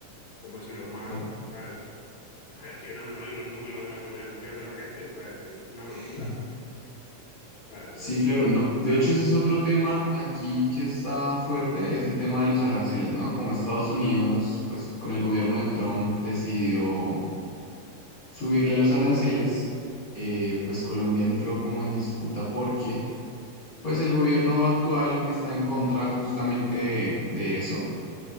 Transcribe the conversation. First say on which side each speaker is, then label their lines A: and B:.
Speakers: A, on the left (about 70°); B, on the left (about 55°).
A: como es Elon Musk,
B: claro.
A: ¿sabes? Gestionando ahí los números de la seguridad social de la gente, ¿sabes? Eso es una locura.
B: <laughs>
A: ¿Sabes?
B: Sí,
A: El
B: claro, no.
A: Estado,
B: De hecho, ese es otro tema aquí que está fuerte, es el tema de los aranceles, ¿no? Como Estados Unidos, pues con el gobierno de Trump decidió subirle a los aranceles, eh, pues Colombia entró como en disputa porque, pues el gobierno actual está en contra justamente de, de eso,